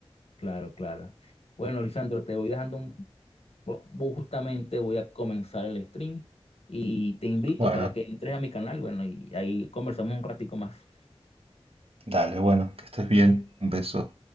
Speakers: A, on the left (about 80°); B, on the right (about 70°).
A: Claro, claro. Bueno, Lisandro, te voy dejando un Pues, vos justamente voy a comenzar el stream y te invito
B: Bueno,
A: para que entres a mi canal, bueno, y ahí conversamos un ratico más.
B: dale, bueno, que estés bien, un beso.